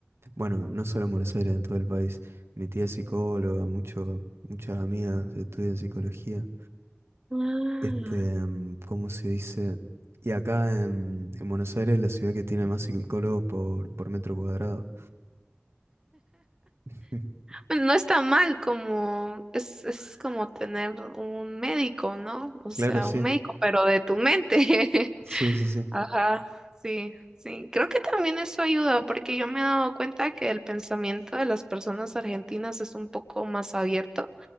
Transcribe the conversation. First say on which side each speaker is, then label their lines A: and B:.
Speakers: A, on the right (about 80°); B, on the right (about 15°).
A: bueno, no solo en Buenos Aires, en todo el país. Mi tía es psicóloga, mucho, muchas amigas estudian psicología.
B: Ah.
A: Este, em, ¿cómo se dice? Y acá en, en Buenos Aires, es la ciudad que tiene más psicólogos por, por metro cuadrado. <laughs>
B: Bueno, no está mal como, es, es como tener un médico, ¿no? O
A: Claro,
B: sea,
A: sí.
B: un médico, pero de tu mente.
A: Sí,
B: <laughs>
A: sí, sí.
B: Ajá, sí, sí. Creo que también eso ayuda, porque yo me he dado cuenta que el pensamiento de las personas argentinas es un poco más abierto